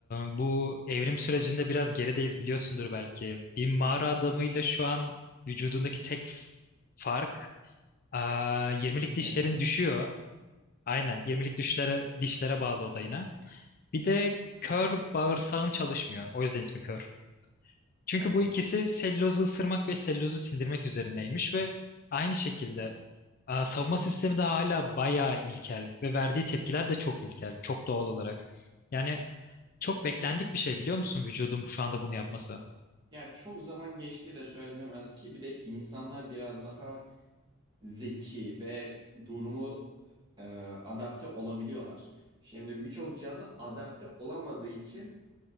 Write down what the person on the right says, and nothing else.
Çene.
Evet.
Ya çok zaman geçti de söylenemez ki bir de insanlar biraz daha zeki ve durumu e, adapte olabiliyorlar. Şimdi birçok canlı adapte olamadığı için